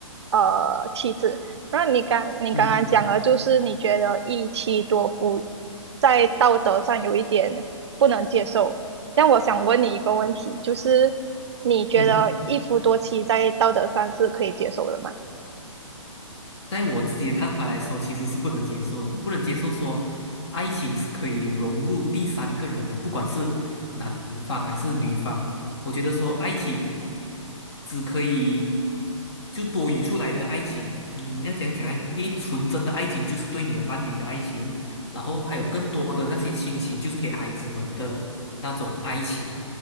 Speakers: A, on the right; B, on the left.
A: 呃妻子。那你刚你刚刚讲了，
B: 嗯嗯
A: 就是你觉得一妻多夫在道德上有一点不能接受。但我想问你一个问题，就是你觉得一夫多妻在道德上是可以接受的吗？
B: 嗯。在我自己的看法来说，其实是不能接受的。我不能接受说，爱情是可以融入第三个人的，不管是男方还是女方。我觉得说，爱情只可以就多余出来的爱情，嗯，要讲讲诶，因为纯真的爱情就是对你的伴侣的爱情，然后还有更多的那些亲情，就是给孩子们的那种爱情，